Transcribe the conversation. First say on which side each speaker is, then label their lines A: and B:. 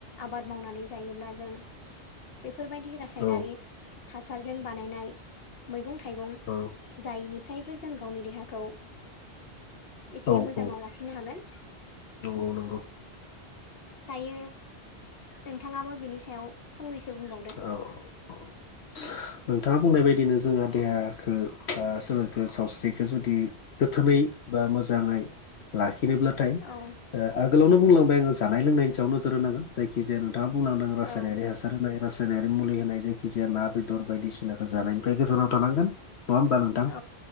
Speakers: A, on the left; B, on the left.
A: आबाद मावनानै जायोब्ला जों बेफोरबायदि रास रासायनारि
B: औ
A: हासारजों बानायनाय मैगं थाइगं
B: औ
A: जायैनिफ्रायबो जों गावनि देहाखौ एसे
B: औ
A: मोजाङाव
B: औ
A: लाखिनो हागोन
B: नंगौ नंगौ
A: दायो नोंथाङाबो बिनि सायाव फंनैसो बुंबावदो
B: औ औ नोंथाङा बुंनाय बायदिनो जोंहा देहाखौ ओ सोलेरखो सावस्रिखौ जुदि गोोथोनै बा मोजाङै लाखिनोब्ला नाथाय
A: औ
B: आगोलावनो बुंलांबाय आङो जानाय लोंनायनि सायाव नोजोर होनांगोन जायखि जाया दा बुंलांदों रासायनारि
A: ओं
B: हासार होनाय रासायनारि मुलि होनाय जायखि जाया लाबो बेदर बायदिसिनाखौ जानायनिफ्राय गोजानाव थानांगोन नङा होमबा नोंथां
A: औ